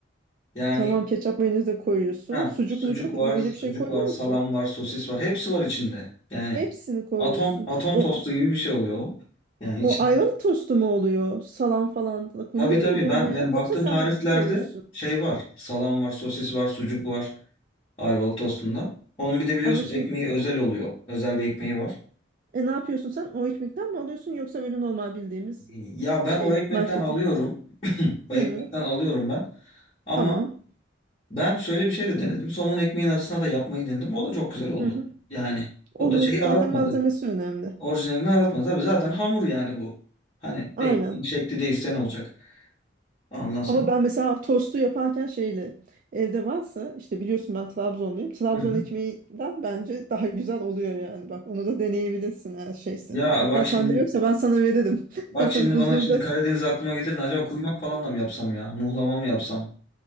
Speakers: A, on the left (about 30°); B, on the right (about 45°).
A: Yani
B: Tamam ketçap mayonez de koyuyorsun.
A: ha,
B: Sucuk
A: sucuk
B: mucuk
A: var,
B: öyle
A: sucuk
B: bir şey koyuyor
A: var,
B: musun?
A: salam var, sosis var. Hepsi var içinde. Yani
B: Hepsini koyuyorsun.
A: atom atom
B: O
A: tostu gibi bir şey oluyor. o. Yani
B: o
A: içinde
B: ayvalık tostu mu oluyor? Salam falan da konuyor
A: Tabii tabii
B: muydu ona
A: ben
B: ya?
A: yani baktığım
B: Yoksa sen
A: tariflerde
B: mi koyuyorsun?
A: şey var. Salam var, sosis var, sucuk var Ayvalık tostunda. Onun bir de biliyorsunuz
B: Ama şimdi
A: ekmeği özel oluyor. Özel bir ekmeği var.
B: e, ne yapıyorsun sen? O ekmekten mi alıyorsun yoksa böyle normal bildiğimiz
A: Ya ben
B: şey
A: o ekmekten
B: marketi?
A: alıyorum. <clears throat> O
B: Hı,
A: ekmekten alıyorum ben. Ama
B: tamam.
A: ben şöyle bir şey de denedim. Somun ekmeğin arasına da yapmayı denedim. O da çok güzel oldu.
B: Hı hı.
A: Yani
B: Olur.
A: o da şeyi
B: Zaten
A: aratmadı.
B: malzemesi önemli.
A: Orijinalini aratmadı. Tabii zaten hamur yani bu. Hani
B: Aynen.
A: ekmeğin şekli değilse ne olacak? Ondan sonra.
B: Ama ben mesela tostu yaparken şeyle evde varsa işte biliyorsun ben Trabzonluyum. Trabzon
A: Hı hı.
B: ekmeğinden bence daha güzel oluyor yani. Bak onu da deneyebilirsin her şeyse.
A: Ya
B: Hatta
A: bak
B: sende
A: şimdi
B: yoksa ben sana veririm.
A: Bak
B: <laughs>
A: şimdi
B: Buzluğunda
A: bana şimdi Karadeniz aklıma getirdin. Acaba kuymak falan da mı yapsam ya? Muhlama mı yapsam?